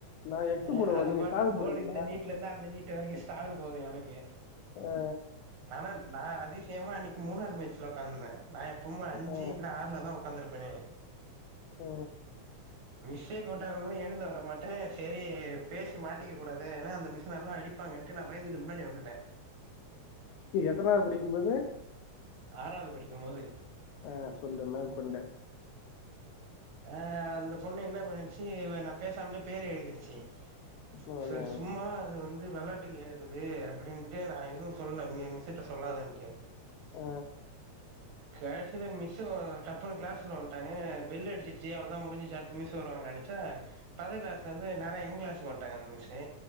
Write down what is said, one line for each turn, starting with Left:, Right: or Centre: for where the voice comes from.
Left: நா எக்ஸ்
Right: ஆ
Left: போடுவே
Right: அது
Left: நீங்க
Right: பாட்டுலு
Left: சாவி போடுவீங்களா
Right: போடு இந்த நீட்டுல இருந்து அந்த நீ வீட்டு வரைக்கு ஸ்டார் போது எனக்கு
Left: ஆ
Right: ஆனா நா அதிசியமா அன்னைக்கு மூணாவது பெஞ்ச்ல உக்காந்துருந்தே நா எப்புமே
Left: ஆ
Right: அஞ்சு இல்ல ஆறுல தா உக்காந்துருப்பேனே
Left: ஆ
Right: மிஸ்செ கூப்பிட்ட கூட எழுந்து வர மாட்டே செரி பேசி மாட்டிக்க கூடாது ஏனா அந்த மிஸ் நல்லா அடிப்பாங்கண்டு நா பயந்துட்டு முன்னாடி வந்துட்டே
Left: எத்தனாவது படிக்கும்போது
Right: ஆறாவது படிக்கு போது
Left: ஆ சொல்லு மேற்கொண்டு
Right: ஆ அந்த பொண்ணு என்ன பண்ணிருச்சு இ நா பேசாமலே பேரு எழுதிருச்சு
Left: ம்
Right: செரி சும்மா அது வந்து வெளையாட்டுக்கு ஏழுதுது அப்பிடின்ட்டு நா எதுவு சொல்ல மி மி ஸ் கிட்ட சொல்லாதுன்ட்டு
Left: ஆ
Right: கடைசியில மிஸ்ஸு டப்புன்னு கிளாஸ்குல்ல வண்டாங்க பெல் அடிச்சிருச்சு அவ்ளோதா முடிஞ்சிச்சு அடுத்து மிஸ் வருவாங்க நெனச்ச பக்கத்து கிளாஸ்ல இருந்து நேரா எங்க கிளாஸுக்கு வந்டாங்க அந்த மிஸ்ஸு